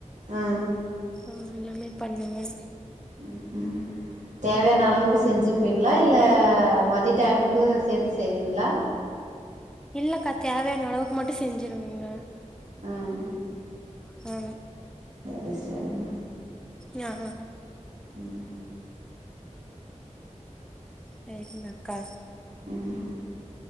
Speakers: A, on the right (about 65°); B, in the centre.
A: ஆ
B: அ எல்லாமே பண்ணுவே
A: ம் ம் தேவயான அளவுக்கு செஞ்சுப்பீங்ளா இல்ல மதித் டைமுக்கு சேத்து செய்வீங்ளா
B: இல்லக்கா தேவயான அளவுக்கு மட்டு செஞ்சிருவ்ங்க
A: ம்
B: ஆ
A: அது சரிங்
B: யா ஆ
A: ம்
B: தெர்லக்கா
A: ம்